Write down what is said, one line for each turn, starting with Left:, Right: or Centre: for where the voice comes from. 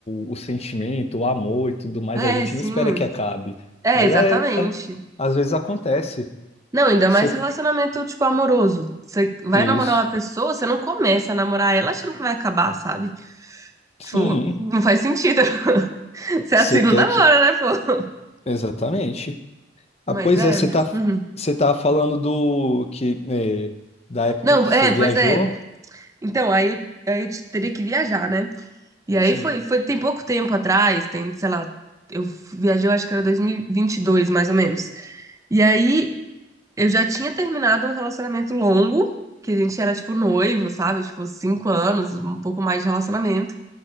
Left: o, o sentimento, o amor e tudo mais.
Right: É,
Left: A gente
Right: sim.
Left: não espera que acabe,
Right: É,
Left: mas
Right: exatamente.
Left: é, é, às vezes acontece.
Right: Não, ainda
Left: Você-
Right: mais relacionamento, tipo, amoroso. Você vai
Left: isso,
Right: namorar uma pessoa, você não começa a namorar ela achando que vai acabar, sabe?
Left: sim,
Right: Tipo, não faz sentido. <laughs> Você
Left: você
Right: assim não
Left: quer
Right: namora,
Left: que,
Right: né, pô?
Left: exatamente. Ah,
Right: Mas
Left: pois
Right: é.
Left: é, você tá,
Right: uhum.
Left: você tá falando do que é, da época
Right: Não,
Left: que você
Right: é,
Left: viajou?
Right: pois é. Então, aí eu, aí eu te- teria que viajar, né? E aí
Left: Sim,
Right: foi, foi, tem pouco tempo atrás, tem, sei lá, eu viajei, eu acho que era 2022, mais ou menos. E aí eu já tinha terminado um relacionamento longo, que a gente era, tipo, noivo, sabe? Tipo, cinco anos, um pouco mais de relacionamento.